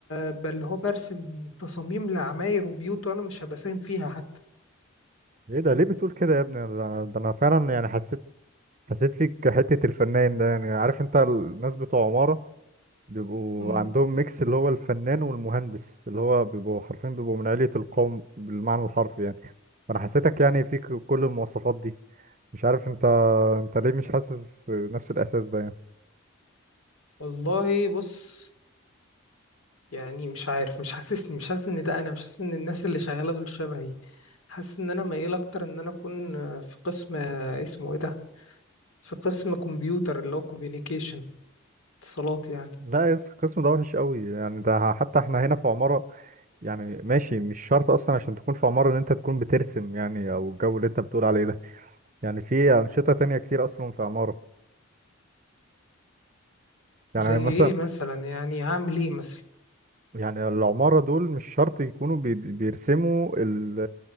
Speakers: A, on the left (about 80°); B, on the right (about 35°).
A: ب- اللي هو برسم تصاميم لعماير وبيوت وانا مش هبقى ساهم فيها حتى
B: ايه ده ليه بتقول كده يا ابني ده انا ده أنا فعلا يعني حسيت حسيت فيك حته الفنان ده يعني عارف انت الناس بتوع عماره بيبقوا
A: مم.
B: عندهم ميكس اللي هو الفنان والمهندس اللي هو بيبقوا حرفيا بيبقوا من علية القوم بالمعنى الحرفي يعني فأنا حسيتك يعني فيك كل المواصفات دي مش عارف انت انت ليه مش حاسس نفس الإحساس ده يعني
A: والله بص يعني مش عارف مش حاسسني مش حاسس ان ده انا مش حاسس ان الناس اللي شغالة دول شبهي حاسس ان انا ميال اكتر ان انا اكون آه، في قسم آه، اسمه ايه ده في قسم كمبيوتر اللي هو كوميونيكيشن اتصالات يعني
B: لا يس القسم ده وحش قوي يعني ده حتى احنا هنا في عمارة يعني ماشي مش شرط اصلا عشان تكون في عمارة ان انت تكون بترسم يعني او الجو اللي انت بتقول عليه ده يعني في أنشطة تانية كتير اصلا في عمارة يعني
A: زي
B: مثلا
A: ايه مثلا يعني هعمل ايه مثلا
B: يعني العمارة دول مش شرط يكونوا بي- بيرسموا ال